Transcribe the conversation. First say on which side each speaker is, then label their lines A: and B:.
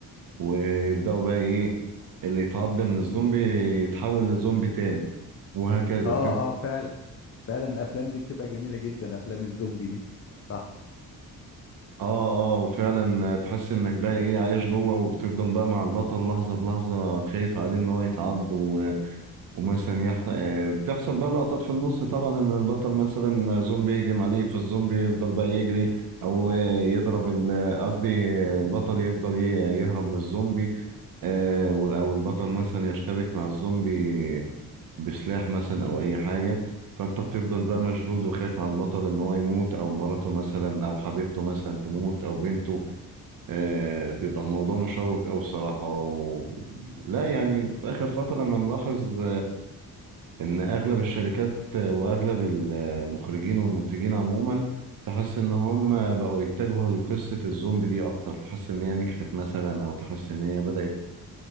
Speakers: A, on the right; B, on the left.
A: ويبدأوا بقى إيه اللي يتعض من الزومبي يتحول لزومبي تاني وهكذا
B: اه
A: تب-
B: اه فعلا فعلا الافلام دي بتبقى جميله جدا افلام الزومبي دي صح
A: اه اه وفعلا تحس انك بقى ايه عايش جوه وبتفضل بقى مع البطل لحظة بلحظة خايف عليه ان هو يتعض ومثلا يح... آه، بتحصل بقى لقطات في النص طبعا ان البطل مثلا زومبي يهجم عليه فالزومبي يفضل بقى يجري او آه، يضرب ال- قصدي آه، البطل يفضل ي- يهرب من الزومبي آه، و- او البطل مثلا يشتبك مع الزومبي بسلاح مثلا او اي حاجه فانت بتفضل بقى مشدود وخايف على البطل ان هو يموت او مراته مثلا او حبيبته مثلا تموت او بنته آه، بيبقى الموضوع مشوق او بصراحه و... لا يعني في اخر فتره انا ملاحظ ان اغلب الشركات واغلب المخرجين والمنتجين عموما تحس ان هم بقوا يتجهوا لقصة الزومبي دي اكتر تحس ان هي نجحت مثلا او تحس ان هي بدأت